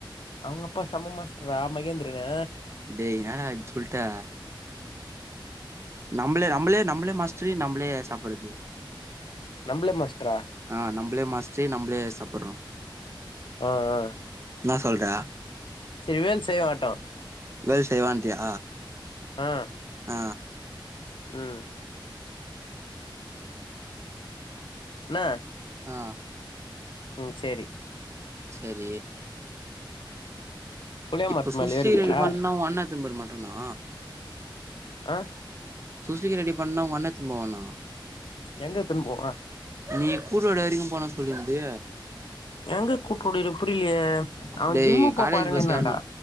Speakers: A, on the left; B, on the right.
A: அவுங்க அப்பா செம்ம மாஸ்ட்ருடா மகேந்திரனு
B: டேய் என்னடா இப்டி சொல்ட்ட நம்பளே நம்பளே நம்பளே மாஸ்ட்ரு நம்பளே சாப்புறது
A: நம்பளே மாஸ்ட்ரா
B: அ நம்பளே மாஸ்ட்ரு நம்பளே சாப்புட்றோ
A: அ ஆ
B: என்னா சொல்ற
A: செரி வேல் செய்ய வர்டோ
B: வேல் செய்வான்டியா
A: அ
B: அ
A: ம் இன்ன
B: அ
A: ம் சேரி
B: செரி
A: புளிய
B: இப்ப
A: மரத்து
B: சுசி
A: மேல ஏறுவியா
B: ரெடி பண்ணா ஓ அண்ணே எட்த்துனு போய்ட மாட்டானா
A: அ
B: சுசிகி ரெடி பண்ணா ஒங்க அண்ணே எட்த்துனு போவானா
A: எங்க எத்துன் போவா
B: நீ கூடலூர் வரைக்கு போனுன் சொல்லி இருந்தது
A: எங்க கூப்டுடிரு புரியிலியே அவன்
B: டேய்
A: ஜிம்மு போப்போறேனிங்ணான்டா
B: காலேஜ் பஸ் ஏறனு